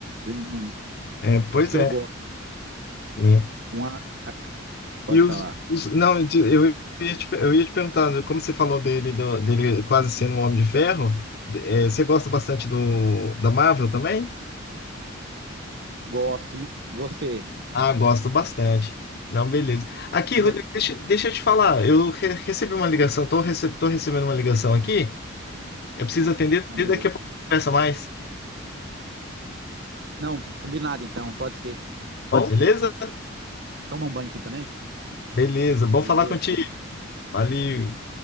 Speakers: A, on the right; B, on the left.
A: Jr.
B: é, pois
A: Os que
B: é,
A: eu gosto.
B: né?
A: Um, a- a- pode
B: E os,
A: falar.
B: os não, eu te- eu ia te, eu ia te perguntar, né, como você falou dele, do- dele quase sendo um Homem de Ferro, eh, você gosta bastante do, da Marvel também?
A: Gosto. E você?
B: Ah, gosto bastante. Não, beleza. Aqui,
A: Eu
B: Rodrigo,
A: já...
B: deixa, deixa eu te falar, eu re- recebi uma ligação, tô, rece, tô recebendo uma ligação aqui, eu preciso atender
A: Não,
B: e
A: beleza.
B: daqui a pouco conversa mais.
A: Não, combinado então, pode ser.
B: Bom, beleza?
A: Toma um banho aqui também?
B: Beleza, bom
A: Beleza.
B: falar contigo. Valeu.